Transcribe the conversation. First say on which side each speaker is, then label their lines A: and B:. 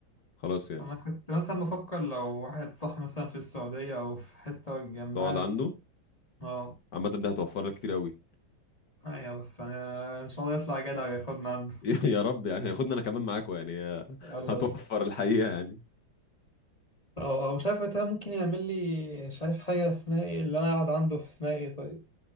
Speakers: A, on the left; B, on the left.
A: وخلاص يعني
B: انا كنت مثلا بفكر لو واحد صح مثلا في السعوديه او في حته جنبها
A: تقعد عنده
B: اه
A: عامه ده هتوفر لك كتير قوي
B: ايوه بس يعني ان شاء الله يطلع جدع وياخدنا عنده
A: <laughs> يا رب يعني هياخدني انا كمان معاكم يعني
B: يلا
A: هتوفر
B: بينا
A: الحقيقه يعني
B: اه آه، مش عارف وقتها ممكن يعمل لي مش عارف حاجة اسمها ايه اللي انا اقعد عنده في اسمها ايه طيب